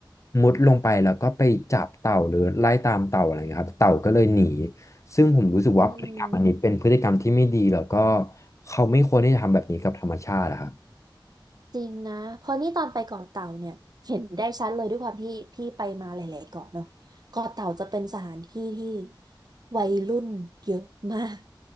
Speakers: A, on the left; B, on the right.
A: มุดลงไปแล้วก็ไปจับเต่าหรือไล่ตามเต่าอะไรเงี้ยครับเต่าก็เลยหนีซึ่งผมรู้สึกว่าพฤติกรรมอันนี้เป็นพฤติกรรมที่ไม่ดีแล้วก็
B: อืม
A: เขาไม่ควรที่จะทำแบบนี้กับธรรมชาติอะครับ
B: จริงนะเพราะนี่ตอนไปเกาะเต่าเนี่ยเห็นได้ชัดเลยด้วยความที่พี่ไปมาหลายๆเกาะเนาะเกาะเต่าจะเป็นสถานที่ที่วัยรุ่นเยอะมาก